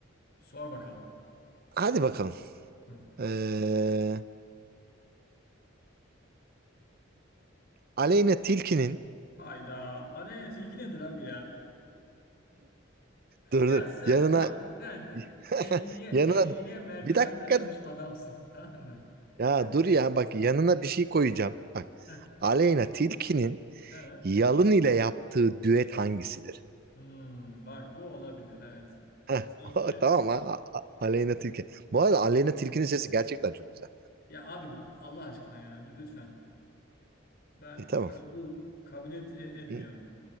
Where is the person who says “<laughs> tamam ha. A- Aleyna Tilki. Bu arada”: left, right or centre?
Right